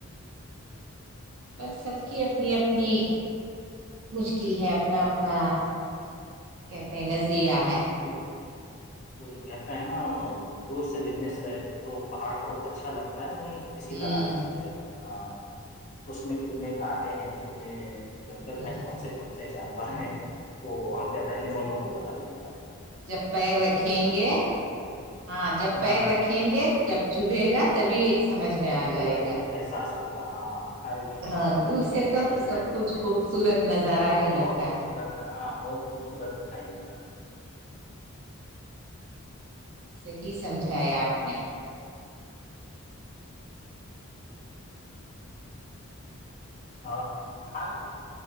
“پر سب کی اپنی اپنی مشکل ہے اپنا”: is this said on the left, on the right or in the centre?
Right